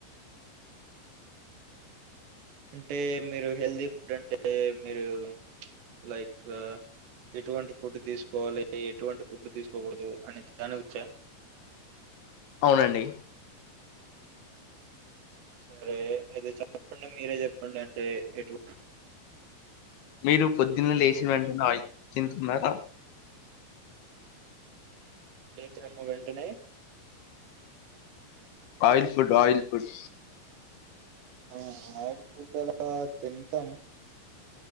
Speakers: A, on the right (about 65°); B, on the left (about 70°).
A: అంటే మీరు హెల్దీ ఫుడ్ అంటే మీరు లైక్ ఎటువంటి ఫుడ్ తీసుకోవాలి ఎటువంటి ఫుడ్ తీసుకోకూడదు అని తానుచ్చా
B: అవునండి
A: సరే అయితే చెప్పండి మీరే చెప్పండి అంటే ఎటు
B: మీరు పొద్దున్నే లేచిన
A: అని
B: వెంటనే ఆయిల్ ఫు తింటున్నారా హ్మ్మ్
A: పోవచిన్నమ్ము వెంటనే
B: ఆయిల్ ఫుడ్ ఆయిల్ ఫుడ్
A: ఆ ఆయిల్ ఫుడ్ అలా తింటాం